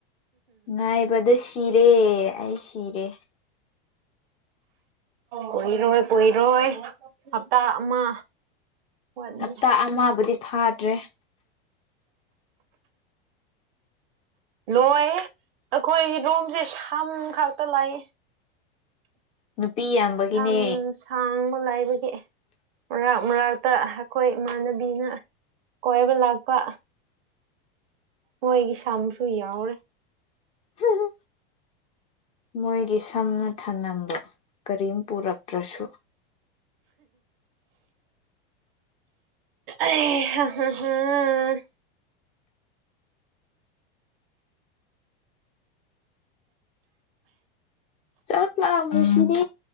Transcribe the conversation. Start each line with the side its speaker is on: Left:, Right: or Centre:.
Left: ꯉꯥꯏꯕꯗ ꯁꯤꯔꯦ ꯑꯩ ꯁꯤꯔꯦ
Right: ꯀꯨꯏꯔꯣꯏ ꯀꯨꯏꯔꯣꯏ ꯍꯞꯇꯥ ꯑꯃ ꯋꯥꯠꯂꯤ
Left: ꯍꯞꯇꯥ ꯑꯃꯕꯨꯗꯤ ꯐꯥꯗ꯭ꯔꯦ
Right: ꯂꯣꯏ ꯑꯩꯈꯣꯏ ꯔꯣꯝꯁꯦ ꯁꯝ ꯈꯥꯛꯇ ꯂꯥꯏ
Left: ꯅꯨꯄꯤ ꯌꯥꯝꯕꯒꯤꯅꯦ
Right: ꯁꯝ ꯁꯥꯡꯕ ꯂꯥꯏꯕꯒꯤ ꯑꯦ ꯃꯔꯥꯛ ꯃꯔꯥꯛꯇ ꯑꯩꯈꯣꯏ ꯏꯃꯥꯟꯅꯕꯤꯅ ꯀꯣꯏꯕ ꯂꯥꯛꯄ ꯍꯣꯏꯒꯤ ꯁꯝꯁꯨꯏ ꯌꯥꯎꯔꯦ
Left: ꯍꯥ ꯍꯥ ꯃꯣꯏꯒꯤ ꯁꯝꯅ ꯊꯝꯅꯝꯕꯗꯣ ꯀꯔꯤꯝ ꯄꯨꯔꯛꯇ꯭ꯔꯁꯨ
Right: ꯑꯦ ꯍꯥ ꯍꯝꯍꯝꯍꯝ
Left: ꯆꯥꯛ ꯉꯥꯏꯕꯁꯤꯗꯤ